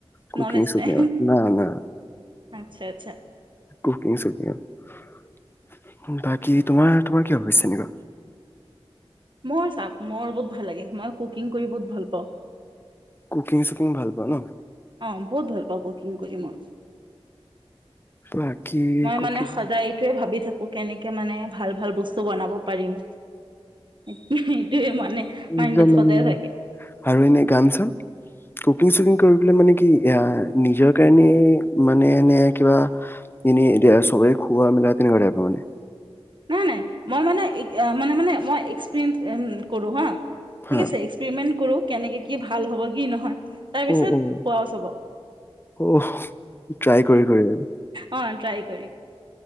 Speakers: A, on the left; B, on the right.
A: কুকিং
B: নলেজ
A: ছুকিংঙত
B: নাই
A: না না
B: আচ্ছা
A: কুকিং চুকিংত বাকী
B: অ
A: তোমাৰ তোমাৰ। কিয় হৈছে এনেকুৱা
B: ক চাওঁ মোৰ বহুত ভাল লাগে মই কুকিং কৰি বহুত ভাল পাওঁ।
A: কুকিং চুকিং ভাল পোৱা ন?
B: অ বহুত ভাল পাওঁ কুকিং কৰি মই
A: বাকী
B: মই
A: কুকিং
B: মানে সদায় এইটোৱে ভাবি কুক কেনিকে মানে ভাল ভাল বস্তু বনাব। পাৰিম এইটোৱে মানে
A: নিজৰ
B: মাইণ্ডত
A: মানে
B: সদায় থাকে।
A: আৰু এনে গান চান কুকিং চুকিং কৰিবলে মানে কি এয়া নিজৰ কাৰণে মানে নে কিবা এনে চবে খোৱা মেলা তেনেকুৱা তাইপৰ মানে
B: নাই নাই মই মানে এ মানে মানে মই এক্সপেৰিয়েঞ্চ কৰোঁ হা।
A: হা
B: ঠিক আছে এক্সপেৰিমেণ্ট কৰোঁ। কেনেকে কি ভাল হ'ব কি নহয়। তাৰপিছত
A: অ' অ'
B: খোৱাও চবক,
A: অ' ট্ৰাই কৰি কৰি আৰু
B: অ ট্ৰাই কৰি।